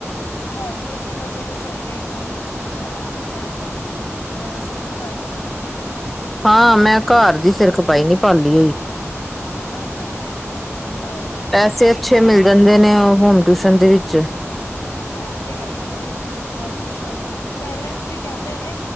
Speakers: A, on the left; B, in the centre.
A: ਹੋਮ ਟਿਊਸ਼ਨ ਦਾ ਸਗੋਂ ਸਹੀ ਹੈ ਇੱਕ ਅੱਧ ਬੱਚੇ ਨੂੰ ਪੜ੍ਹਾਉਣਾ ਹੋਵੇ ਘਰ ਜਾ ਕੇ। ਜ਼ਿਆਦਾ ਸਿਰ ਖਪਾਈ ਵੀ ਨਹੀਂ ਹੁੰਦੀ ਹੈਗੀ।
B: ਹਾਂ ਮੈਂ ਘਰ ਦੀ ਸਿਰ ਖਪਾਈ ਨੀ ਪਾਲੀ ਹੋਈ।
A: ਹਨਾ ਪਹਿਲੇ ਸਕੂਲ ਵਾਓ।
B: ਪੈਸੇ ਅੱਛੇ ਮਿਲ ਜਾਂਦੇ ਨੇ ਉਹ ਹੋਮ ਟਿਊਸ਼ਨ ਦੇ ਵਿੱਚ।
A: ਹਾਂ ਉਹ ਤੇ ਹੈ ਹੀ ਇੱਕ ਹੋਮ ਟਿਊਸ਼ਨ ਨੂੰ ਪੇਰੈਂਟਸ ਵੀ ਕਹਿੰਦੇ ਨੇ